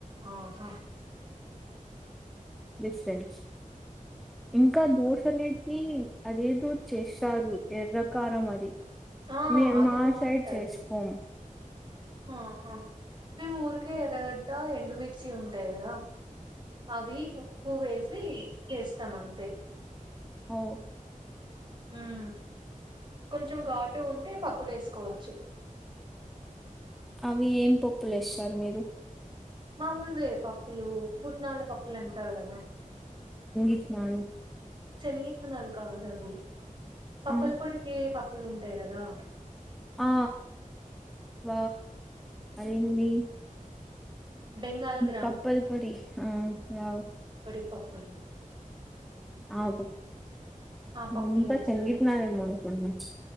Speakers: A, on the right; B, in the centre.
A: ఆహా
B: బిక్ ఫ్రెంచ ఇంకా దోశలుకి అదేదో చేస్తారు ఎర్రకారం అది
A: ఆ
B: మే
A: అది
B: మా
A: బాగుంటది
B: సైడ్ చేసుకోం
A: ఆహా మేము ఊరికే ఎర్రగడ్డ ఎండుమిర్చి ఉంటాయి కదా అవి పువ వేసి చేస్తాం అంతే
B: ఓ
A: ఉమ్ కొంచెం ఘాటు ఉంటే పప్పులు వేసుకోవచ్చు
B: అవి ఏం పప్పులేస్తారు మీరు
A: మామూలువే పప్పులు పుట్నాల పప్పులు అంటారు కదా
B: నడుగు
A: శనగిత్తనాలు కాదు అవి పప్పలు
B: ఆ
A: పొడికే పప్పులు ఉంటాయి కదా
B: ఆ బ అరింది
A: బెంగాల్ గ్రామ్
B: పప్పల్ పొడి ఆ వా
A: పప్పుడు
B: ఆబ
A: ఆ పప్పులు
B: ఇంకా
A: వేస్తారు
B: తనిగుతున్నారేమో కొ ను